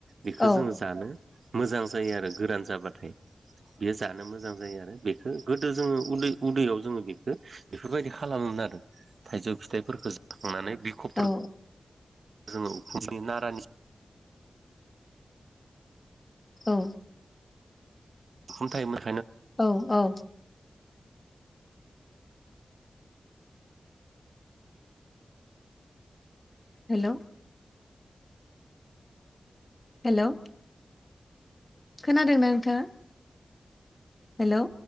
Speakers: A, on the right (about 70°); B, on the left (about 25°).
A: बेखौ
B: औ
A: जोङो जानो मोजां जायो आरो गोरान जाबाथाय। बेयो जानो मोजां जायो आरो बेखौ गोदो जोङो उन्दै उदैयाव जोङो बेखौ बेफोरबायदि खालामोमोन आरो। थाइजौ फिथाइफोरखौ जाखांनानै बि खबफोरखौ
B: औ औ
A: जोङो खुसुन नारानि
B: औ
A: खोनथायोमोन ।
B: औ औ। Hello hello. खोनादोंना नोंथा? हेलौ।